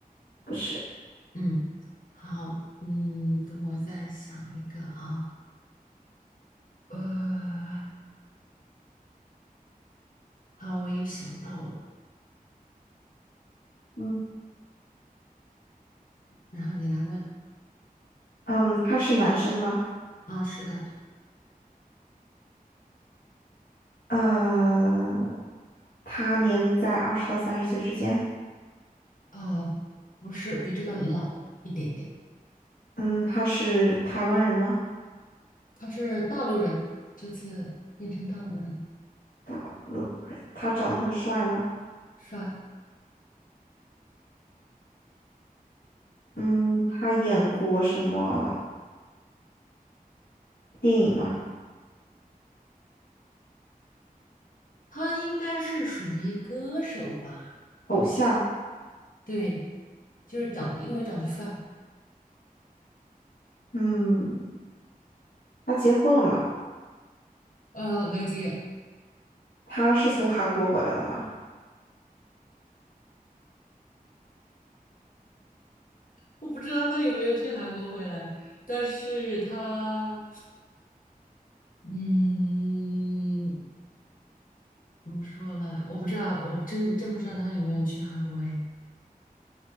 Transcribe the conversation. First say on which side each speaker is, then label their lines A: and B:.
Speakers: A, on the left; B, on the left.
A: 不是。
B: 嗯。好，嗯，等我再想一个啊，呃，好，我又想到了，
A: 嗯，
B: 然后你来问
A: 嗯，他是男生吗？
B: 啊，是的，
A: 呃，他年龄在二十到三十岁之间。
B: 啊，不是，比这个老一点点，
A: 嗯，他是台湾人吗？
B: 他是大陆人，这次变成大陆人，
A: 大陆人。他长得很帅吗？
B: 帅，
A: 嗯，他演过什么电影吗？
B: 他应该是属于歌手吧？
A: 偶像。
B: 对，就是长得，因为长得帅，
A: 嗯，他结婚了吗？
B: 呃，梅姐，
A: 他是从韩国回来的吗？
B: 我不知道他有没有去韩国回来，但是他，嗯。怎么说呢？我不知道，我真真不知道他有没有去韩国哎，